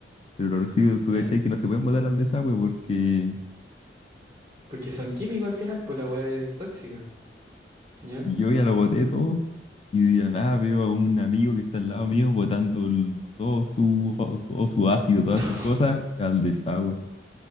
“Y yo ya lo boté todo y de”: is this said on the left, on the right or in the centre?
Left